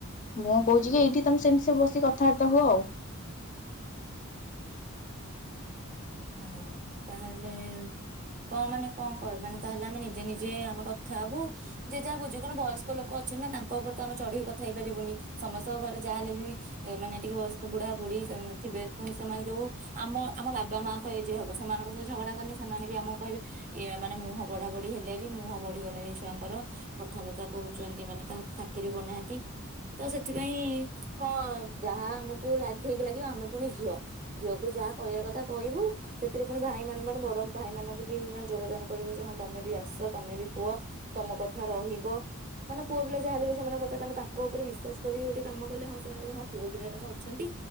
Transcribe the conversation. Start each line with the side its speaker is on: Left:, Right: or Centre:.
Left: ମୁଁ କହୁଛି କି ଏଇଠି ତମେ ସେମିତି ସବୁ ବସିକି କଥାବାର୍ତ୍ତା ହୁଅ ଆଉ
Right: ହଁ ତାହେଲେ କଣ ମାନେ କଣ କଣ ମାନେ ତାହେଲେ ଆମେ ନିଜେ ନିଜେ ଆମେ କଥା ହବୁ ଯେ ଯାହା ବୁଝୁ କଣ ବୟସ୍କ ଲୋକ ଅଛନ୍ତି ନା ତାଙ୍କ ଉପରେ ତ ଆମେ ଚଢେଇ କଥା ହେଇ ପାରିବୁନି ସମସ୍ତଙ୍କ ଘରେ ଯାହା ହେଲେ ବି ଏମାନେ ଟିକେ ବୟସ୍କ ବୁଢା ବୁଢୀ ସେମିତି <unintelligible> ସେମାନେ ଯୋଉ ଆମ ଆମ ବାବା ମା ଏଯେ ହବ ସେମାନଙ୍କ ସହିତ ଝଗଡା କଲେ ସେମାନେ ବି ଆମକୁ କହିବେ ଏଆ ମାନେ ମୁହଁ ବଢା ବଢି ହେଲେଣି ମୁହଁ ବଢିଗଲାଣି ଏଛୁଆଙ୍କର କଥାବାର୍ତ୍ତା କରୁଛନ୍ତି ମାନେ କାହାକୁ ଖାତିରି କରୁନାହାନ୍ତି ତସେଥିପାଇଁ କଣ ଯାହା ଆମକୁ ଲାଠେଇକି ଲାଗିବ ଆମେ ପୁଣି ଝିଅ ଝିଅକୁ ଯାହା କହିବା କଥା କହିବୁ ସେଥିରେ ପୁଣି ଭାଇ ମାନ କଣ ବଡ଼ ଭାଇମାନଙ୍କୁବି <unintelligible> ଯୋଗଦାନ କରିବୁଯେ ହଁ ତମେବି ଆସ ତମେବି କୁହ ତମ କଥା ରହିବ। କାହିଁକିନା ପୁଅ ପିଲା ଯାହା ହେଲେବି ସେମାନଙ୍କ କଥା ତାହାଲେ ତାଙ୍କ ଉପରେ ବିଶ୍ଵାସ କରି ଗଟେ କାମ କଲେ ହଁ ସେମାନେ କହିବେ ହଁ ପୁଅ ପିଲାଅରାତ ଅଛନ୍ତି।